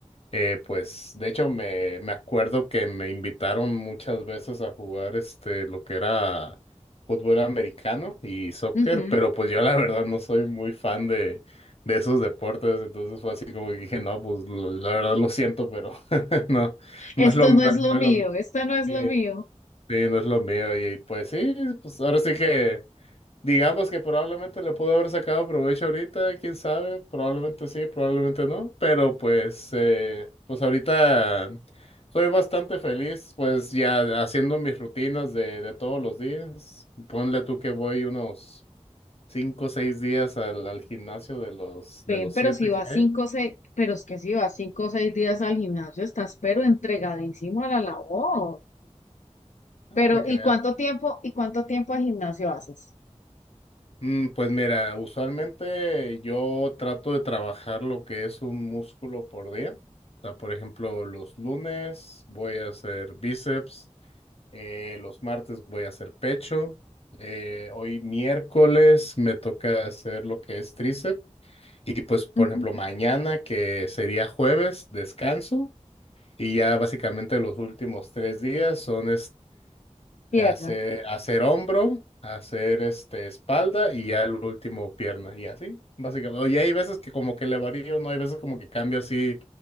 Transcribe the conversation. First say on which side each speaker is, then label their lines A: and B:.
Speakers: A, on the left; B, on the left.
A: Eh, pues de hecho me, me acuerdo que me invitaron muchas veces a jugar este lo que era fútbol americano y soccer,
B: Ujú.
A: pero pues yo la verdad no soy muy fan de, de esos deportes, entonces fue así como que dije, no, pues lo- la verdad lo siento, pero <laughs> no,
B: Esto
A: no es lo, no,
B: no es lo
A: no
B: mío,
A: es lo,
B: esto no es
A: sí,
B: lo mío.
A: sí, no es lo mío y pues sí, pues ahora sí que Digamos que probablemente le pudo haber sacado provecho ahorita, quién sabe, probablemente sí, probablemente no, pero pues, eh, pues ahorita soy bastante feliz, pues ya haciendo mis rutinas de, de todos los días. Ponle tú que voy unos cinco o seis días al, al gimnasio de los de
B: Ven,
A: los
B: pero
A: siete
B: si vas
A: que
B: cinco
A: hay.
B: o seis, pero es que si vas cinco o seis días al gimnasio, estás pero entregadísimo a la labor.
A: Ah,
B: Pero,
A: de crear.
B: ¿y cuánto tiempo, y cuánto tiempo de gimnasio haces?
A: Mm, Pues mira, usualmente yo trato de trabajar lo que es un músculo por día. O sea, por ejemplo, los lunes voy a hacer bíceps, eh, los martes voy a hacer pecho, eh, hoy miércoles me toca hacer lo que es tríceps y pues, por
B: Ujú.
A: ejemplo, mañana que sería jueves, descanso y ya básicamente los últimos tres días son
B: Pierna.
A: de hacer, hacer hombro, hacer este espalda y ya el último pierna y así, básicamente. Y hay veces que como que le varío, no hay veces como que cambio así